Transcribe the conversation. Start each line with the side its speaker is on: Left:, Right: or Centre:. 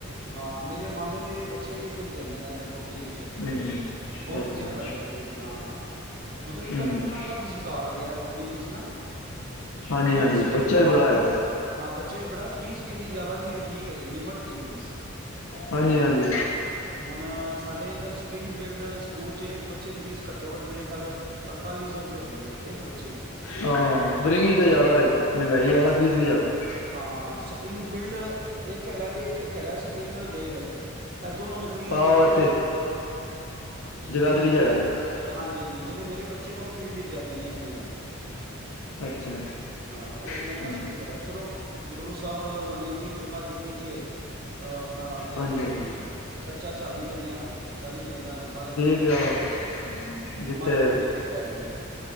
Right: ਹਾਂ ਮੇਰੇ ਮਾਮੇ ਦੇ ਬੱਚੇ ਵੀ ਇੱਧਰ ਹੀ ਜਾਂਦੇ ਨੇ ਇੱਧਰ ਪਬਲਿਕ ਚ
Left: ਹੂੰ
Right: ਬਹੁਤ
Left: ਅੱਛਾ
Right: ਵਧੀਆ ਪੜ੍ਹਾਈ ਹੈ ਇੱਥੇ ਵੀ ਹਾਂ ਮਤਲਬ ਕਿ
Left: ਹੂੰ
Right: ਪਹਿਲੇ ਨਾ ਕਾਫੀ ਸੁਧਾਰ ਹੋ ਗਿਆ ਪਬਿਕ ਨਾ
Left: ਹਾਂਜੀ
Right: ਫੀਸ
Left: ਹਾਂਜੀ
Right: ਵੀ
Left: ਬੱਚਾ
Right: ਹਾਂ
Left: ਬੜਾ ਹੈਗਾ ਵੇ
Right: ਹਾਂ ਬੱਚਾ ਵੀ ਬੜਾ ਫੀਸ ਵੀ ਇਨੀ ਜ਼ਿਆਦਾ ਨਹੀਂ ਹੈ ਠੀਕ ਹੈਗੀ ਲਿਮਟ ਦੀ ਹੈ ਫੀਸ <unintelligible> <unintelligible>
Left: ਹਾਂਜੀ ਹਾਂਜੀ
Right: ਹੁਣ ਸਾਡੇ ਇੱਧਰ ਸਪਰਿੰਗ ਫੀਲਡ ਸਕੂਲ ਚ ਇੱਕ ਬੱਚੇ ਦੀ ਫੀ ਘੱਟੋ ਘੱਟ ਮੇਰੇ ਖਿਆਲ ਅੜਤਾਲੀਸ ਸੌ ਰੁਪਏ ਹੈਗੀ ਹੈ ਇੱਕ ਬੱਚੇ ਦੀ
Left: ਹਾਂ ਸਪਰਿੰਗ ਤਾਂ ਜ਼ਿਆਦਾ ਹੋ ਮਹਿੰਗਾਈ
Right: ਹਾਂ
Left: ਜ਼ਿਆਦਾ ਫੀਸ ਵੀ ਜ਼ਿਆਦਾ ਹੋਵੇ
Right: ਹਾਂ ਸਪਰਿੰਗ ਫੀਲਡ ਇੱਕ ਹੈਗਾ ਵੀ ਇੱਕ ਹੈਗਾ ਸਪਰਿੰਗ ਡੇਲ ਇਹ ਦੋਨੋਂ ਮਤਲਬ ਕਿ
Left: ਆਹੋ
Right: ਇੱਕੋ
Left: ਇੱਥੇ ਜਗਾਦਰੀ
Right: ਤੇ ਮੇਰੇ
Left: 'ਚ ਹੈਗਾ ਵਾ।
Right: ਹਾਂਜੀ ਹਾਂਜੀ ਜਿਹੜੇ ਮੇਰੇ ਬੱਚੇ ਨੇ ਉਹ ਫੀਲਡ ਚ ਜਾਂਦੇ ਨੇ ਯਮਨਾਨਗਰ
Left: ਅੱਛਾ
Right: ਹਾਂ ਉਹ ਮਹਿੰਗਾ
Left: ਹੂੰ
Right: ਸਕੂਲ ਹੈਗਾ ਚਲੋ ਗੁਰੂ ਸਾਹਿਬ ਨੇ ਇੰਨੀ ਕਿਰਪਾ ਕੀਤੀ ਕੀਤੀ ਦੀ ਹੈ ਅਹ <unintelligible> ਆਪਣਾ ਫਿਰ
Left: ਹਾਂਜੀ ਹਾਂਜੀ
Right: ਖਰਚਾ ਚੱਲ ਹੀ ਲੈਂਦੇ ਹਾਂ ਚੱਲ ਹੀ ਜਾਂਦਾ ਮਹਾਰਾਜ
Left: ਆੋ
Right: ਮਿਹਰ ਆ
Left: ਜਿੱਥੇ
Right: ਮਹਾਰਾਜ ਦੀ ਬੜੀ ਕਿਰਪਾ ਹੈਗੀ ਹੈ